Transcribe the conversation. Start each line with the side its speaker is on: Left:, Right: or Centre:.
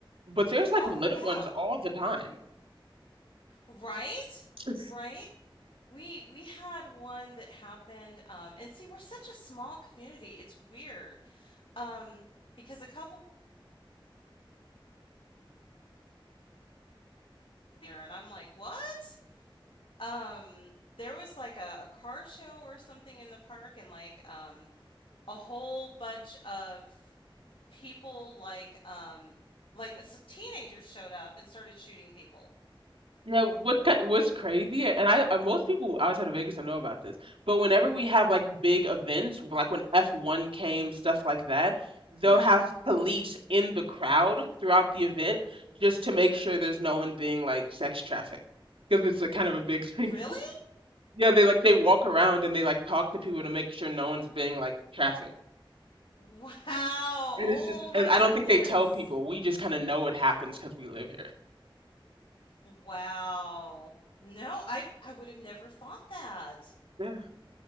Right: but there's like
Left: oh
Right: little
Left: yeah,
Right: ones all the time.
Left: right?
Right: <laughs>
Left: Right? We we had one that happened, um, and see, we're such a small community. It's weird. Um, because a couple here and I'm like, "What?" Um there was like a, a car show or something in the park and like um a whole bunch of people like um like so teenagers showed up and started shooting people.
Right: Now, what ki- what's crazy, and I uh, most people outside of Vegas don't know about this, but whenever we have like big events, like when F1 came, stuff like that, they'll
Left: hmm
Right: have police in the crowd throughout the event just to make sure there's no one being like sex trafficked, because it's a kind of a big thing.
Left: Really?
Right: <laughs> Yeah, they like they walk around and they like talk to people to make sure no one's being like trafficked.
Left: Wow.
Right: And
Left: Oh
Right: it's just, and
Left: my
Right: I
Left: goodness.
Right: don't think they tell people. We just kind of know it happens because we live
Left: Wow. No, I I would have never thought that.
Right: here.